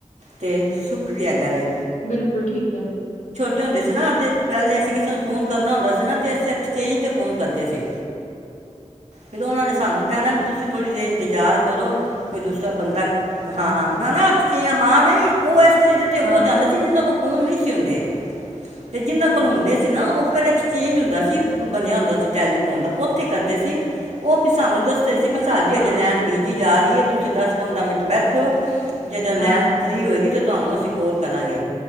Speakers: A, on the right (about 65°); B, on the left (about 75°).
A: ਤੇ ਸੁੱਖ ਵੀ ਹੈਗਾ ਵ
B: ਬਿਲਕੁਲ ਠੀਕ ਹੈ ਜੀ
A: ਹ ਨਾ ਤੇ ਪਹਿਲੇ ਅਸੀਂ ਕਿਸੇ ਨੂੰ ਫੋਨ ਕਰਨਾ ਹੁੰਦਾ ਸੀ ਨਾ ਅਸੀਂ ਐਕਸਚੇਂਜ ਤੇ ਫੋਨ ਕਰਦੇ ਸੀ ਫਿਰ ਉਹਨਾਂ ਨੇ ਸਾਨੂੰ ਕਹਿਣਾ ਵੀ ਤੁਸੀਂ ਥੋੜੀ ਰੇਂ ਇੰਤਜ਼ਾਰ ਕਰੋ ਕੋਈ ਦੂ ਤਾਂ ਬੰਦਾ ਹਾਂ ਹਾਂ ਨਾ ਨਾ ਅ ਹਾਂ ਨਹੀਂ ਉਹ
B: ਹਾਂ-ਹਾਂ-ਹਾਂ
A: ਤੇ ਉਹ ਜਾਂਦੇ ਸੀ ਜਨਾਂ ਕੋਲ ਫੋਨ ਨਹੀਂ ਸੀ ਹੁੰਦੇ ਤੇ ਜਿਹਨਾਂ ਕੋਲ ਹੁੰਦੇ ਸੀ ਨਾ ਉਹ ਫਿਰ ਐਕਸਚੇਂਜ ਹੁੰਦਾ ਸੀ ਬਣਿਆ ਹੁੰਦਾ ਸੀ ਟੈਲੀਫੋਨ ਦਾ ਉੱਥੇ ਕਰਦੇ ਸੀ ਉਹ ਸਾਨੂੰ ਦ ਅਸੀਂ ਵੀ
B: ਅੱਛਾ
A: ਸਾਲ ਦੀ ਹਜੇ ਲੈਣ ਬੀਜ ਜਾ ਰਹੀ ਹੈ ਤੁਸੀਂ ਦਸ ਪੰਦਰਾਂ ਮਿੰ ਅੱਠ ਜਦੋਂ
B: ਹਾਂ-ਹਾਂ
A: ਲੈਨ ਫਰੀ ਹੋਏਗੀ ਤਾਂ ਤੁਹਾਨੂੰ ਅਸੀਂ ਕੋਲ ਕਰਾਂਗੇ